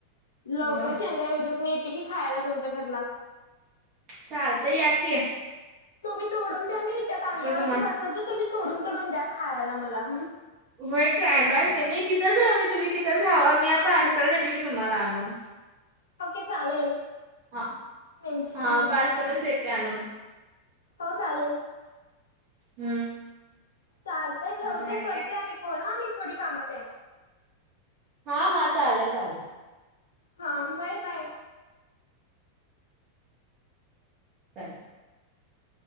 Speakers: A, on the left; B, on the right.
A: लवकर
B: मग
A: शेंगा येऊतच मी की खायला तुमच्या घरला
B: चालत या कि
A: तुम्ही तोडून द्या मी त्या बांध्यावरती
B: तुम्हाला
A: बसवतो तुम्ही तोडून तोडून द्या खायला मला
B: होय काय बाय नाही तिथच राह तुम्ही तिथच राव्हा मी पार्सल देते की तुम्हाला आणून
A: ओके चालेल
B: ह
A: मेन्शन
B: हा पार्सलच देते आणून
A: हो चालेल
B: हम्म
A: चालते ठेवते
B: मग
A: करते
B: काय?
A: आणि पोल हा मी थोडी कामत आहे
B: हा हा चालेल चालेल
A: हा बय बाय
B: चालेल.